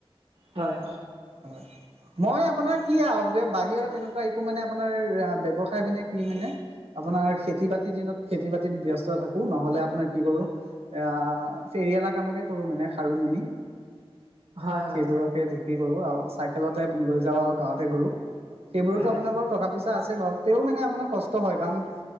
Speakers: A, on the right; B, on the right.
A: হয়।
B: হয় মই আপোনাৰ কি আৰু বাহিৰত তেনেকুৱা একো মানে আপোনাৰ ব্যৱসায় মানে কি? মানে আপোনাৰ খেতি বাতিৰ দিনত খেতি বাতিত ব্যস্ত থাকো নহলে আপোনাৰ কি কৰো এ ফেৰিয়ালা কামকে কৰো মানে খাৰুমণি
A: <unintelligible> হয় হয়
B: সেইবোৰকে বিক্ৰী কৰো আৰু চাইকেলতে লৈ যাও আৰু গাঁৱতে ঘূৰো। সেইবোৰতো
A: হয়
B: আপোনাৰ বাৰু টকা পইচা আছে বাৰু তেও মানে আপোনাৰ কষ্ট হয় কাৰণ